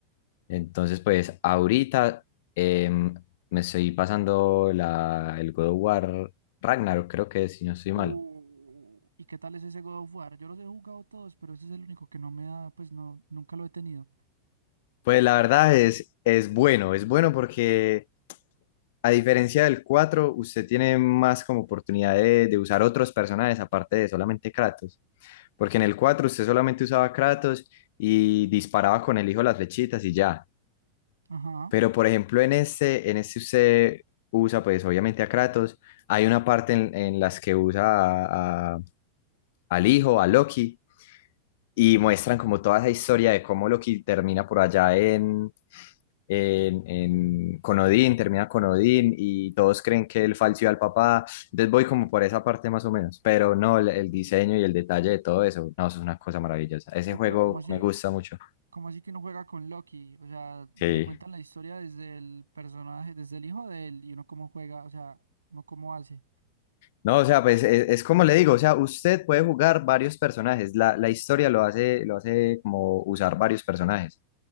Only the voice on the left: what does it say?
Entonces, pues ahorita em, me estoy pasando la, el God of War Ragnarok, creo que es, si no estoy mal.
Pues la verdad es, es bueno, es bueno porque A diferencia del 4, usted tiene más como oportunidad de, de usar otros personajes aparte de solamente Kratos. Porque en el 4 usted solamente usaba Kratos y disparaba con el hijo las flechitas y ya.
Pero por ejemplo en este, en este usted usa pues obviamente a Kratos. Hay una parte en, en las que usa a- a- al hijo, a Loki, y muestran como toda esa historia de cómo Loki termina por allá en, en, en- con Odín, termina con Odín y todos creen que él falseó al papá. Entonces voy como por esa parte más o menos, pero no, el, el diseño y el detalle de todo eso, no, eso es una cosa maravillosa. Ese
juego
me gusta mucho.
Sí.
No, o sea, pues es, es como le digo, o sea, usted puede jugar varios personajes, la, la historia lo hace, lo hace como usar varios personajes.